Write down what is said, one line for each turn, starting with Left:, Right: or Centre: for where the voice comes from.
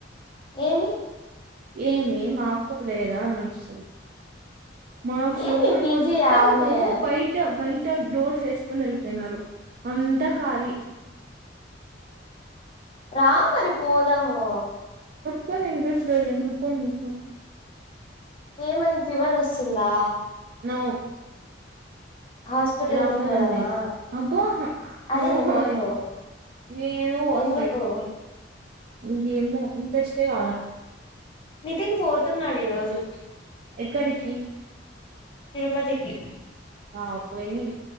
Left: ఏమి
Right: ఏమి మాకు ప లేడ్ ఇదా నకిషెల్ మా ఫ్లోర్
Left: ఏమి పీజీ
Right: మొత్తము
Left: ఆమె
Right: బయట బాయ్ అంత డోర్స్ వేసుకుని వెళ్ళి పోయినారు, అంతా ఖళీ
Left: రామరి పోదాము
Right: సార్ ఇస్ట్ లేకు కుంట
Left: ఏమంది ఫీవర్ వస్తుందా
Right: నో
Left: హాస్పిటల్
Right: రావాలని
Left: కి పోదామా
Right: లేదు అబ్బో
Left: అదే
Right: నొవ్వై
Left: ఎందుకు
Right: ఏదో వస్తాది
Left: ఎందుకు
Right: హ్మ్ ఏమో ఇంట్రెస్ట్ ఎ కాల
Left: నితిన్ పోతున్నాడు ఈ రోజు
Right: ఎక్కడికి
Left: తిరుపతికి
Right: ఆ పోయినిరి